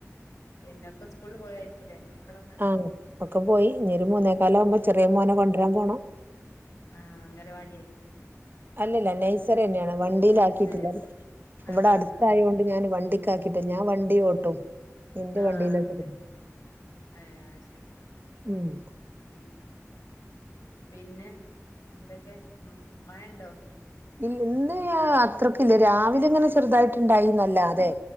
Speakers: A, on the left; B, on the right.
A: പിന്നൊക്കെ സ്കൂൾല് പോയായിരിക്കൂല്ലേ മക്കളൊക്കെ
B: ആഹ് ഒക്കെ പോയി ഇനി
A: ഉം
B: ഒര് മൂന്നേ കാലാവുമ്പോ
A: ഉം.
B: ചെറിയ മോനെ കൊണ്ടരാൻ പോണം
A: ആഹ് അംഗലവാടി ആയിര്ക്കും
B: അല്ലല്ല നൈസറെന്നേണ് വണ്ടീല്
A: നഴ്സറി
B: ആക്കീട്ടില്ല
A: അല്ല
B: ഇവടെ ഇവിടെ
A: ആഹ് ആഹ്
B: അട്ത്തായോണ്ട്
A: ആഹ്
B: ഞാന് വണ്ടിക്കാക്കിട്ട്ല്ല ഞാൻ വണ്ടി ഓട്ടും എന്റെ
A: ആഹ്
B: വണ്ടിയിലാട്ട്
A: അഹ് ശെരി ഏഹ് അഹ് ശെരി
B: ഉം
A: ഉം പിന്നെ എന്തൊക്കെ ഉം മഴണ്ടോ
B: ഇല്ല ഇന്ന് പിന്നെ അത്രക്ക്ല്ല രാവിലെ ഇങ്ങനെ ചെറ്തായിട്ട്ണ്ടായിന്നല്ലാതെ